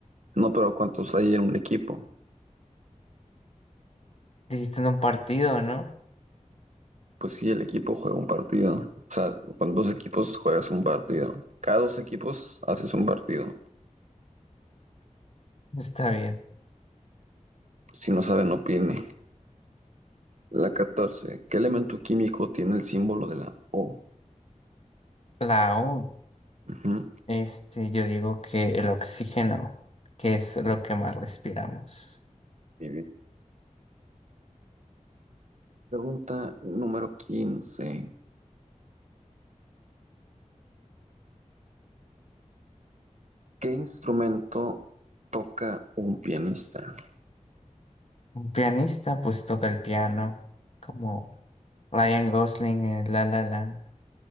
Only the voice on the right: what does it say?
No, pero ¿cuántos hay en un equipo?
Pues sí, el equipo juega un partido. O sea, con dos equipos juegas un partido. Cada dos equipos haces un partido.
Si no saben, opine. La 14. ¿Qué elemento químico tiene el símbolo de la O?
Ujú.
Muy bien. Pregunta número quince. ¿Qué instrumento toca un pianista?